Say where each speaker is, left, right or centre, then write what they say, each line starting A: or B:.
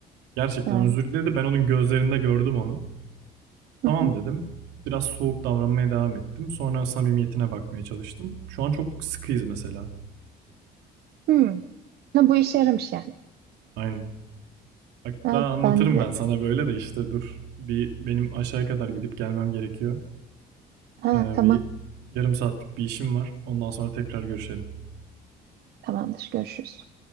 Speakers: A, on the right (about 90°); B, on the right (about 70°).
A: Gerçekten
B: Ee,
A: özür diledi. Ben onun gözlerinde gördüm onu.
B: hı
A: Tamam
B: hı.
A: dedim. Biraz soğuk davranmaya devam ettim. Sonra samimiyetine bakmaya çalıştım. Şu an çok sıkıyız mesela.
B: Hmm. Ha, bu işe yaramış yani.
A: Aynen. Hatta
B: Ha,
A: anlatırım
B: ben de
A: ben sana böyle de işte dur. Bir benim aşağıya kadar gidip gelmem gerekiyor.
B: ha,
A: Ee, bir
B: tamam
A: yarım saatlik bir işim var. Ondan sonra tekrar görüşelim.
B: tamamdır görüşürüz.